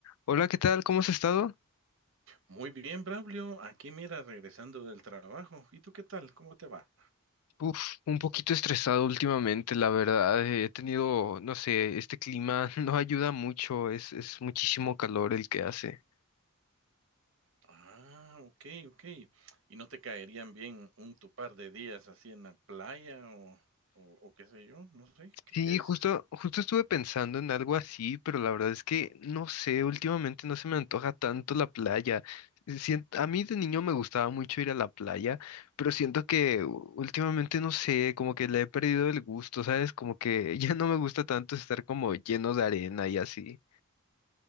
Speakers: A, on the left (about 80°); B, on the right (about 60°).
A: Hola, ¿qué tal? ¿Cómo has estado?
B: Muy bien, Braulio. Aquí mira, regresando del trabajo. ¿Y tú qué tal? ¿Cómo te va?
A: Uf, un poquito estresado últimamente, la verdad. eh, He tenido, no sé, este clima <laughs> no ayuda mucho, es, es muchísimo calor el que hace.
B: Ah, ok, ok. ¿Y no te caerían bien un tu par de días así en la playa o, o, o qué sé yo? No sé. ¿Qué,
A: Sí,
B: qué dices?
A: justo, justo estuve pensando en algo así, pero la verdad es que no sé, últimamente no se me antoja tanto la playa. Eh, Sien- a mí de niño me gustaba mucho ir a la playa, pero siento que u- últimamente no sé, como que le he perdido el gusto, ¿sabes? Como que <laughs> ya no me gusta tanto estar como lleno de arena y así.